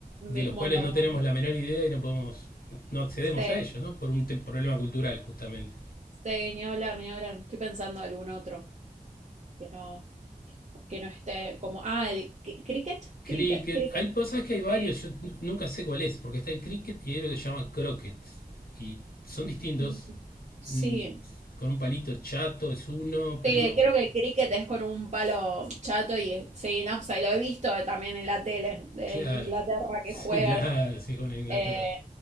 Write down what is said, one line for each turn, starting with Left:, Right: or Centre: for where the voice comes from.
Left: de
Right: mi-
Left: los cuales
Right: Mondo
Left: no
Right: Man.
Left: tenemos la menor idea y no podemos, no accedemos
Right: Sí,
Left: a ellos, ¿no? Por un te- problema cultural, justamente.
Right: sí, ni hablar, ni hablar. Estoy pensando algún otro que no, que no esté como. Ah, el cri- cricket,
Left: Cricket,
Right: cricket, cricket.
Left: hay cosas que hay varios,
Right: Eh,
Left: yo n- nunca sé cuál es, porque está el cricket y hay lo que se llama croquet. Y son distintos.
Right: mm, Sí.
Left: Mm, Con un palito chato es uno, pero
Right: Sí, creo que el cricket es con un palo chato y eh, sí, no sé, lo he visto también en la tele de-
Left: Claro,
Right: en Inglaterra
Left: sí,
Right: que juegan.
Left: claro, sí, con Inglaterra.
Right: Eh,